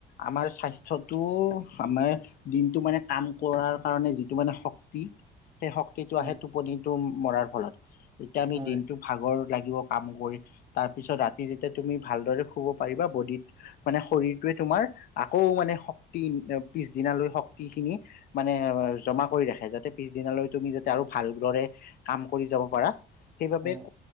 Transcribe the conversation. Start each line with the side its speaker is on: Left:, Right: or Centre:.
Left: আমাৰ স্বাস্থ্যটো আমাৰ দিনটো মানে কাম কৰাৰ কাৰণে যিটো মানে শক্তি সেই শক্তিটো
Right: হয়
Left: আহে টোপনি টো মৰাৰ ফলত এতিয়া আমি
Right: হয়
Left: দিনটো আগৰ লাগিব কাম কৰি তাৰপিছত ৰাতি যেতিয়া তুমি ভালদৰে শুব পাৰিবা বডিত মানে শৰীৰটোৱে তোমাৰ আকৌ মানে শক্তি পিছদিনালৈ শক্তিখিনি মানে জমা কৰি ৰাখে যাতে পিছদিনালৈ তুমি যাতে আৰু ভালদৰে কাম কৰি যাব পাৰা। সেইবাবে
Right: হয়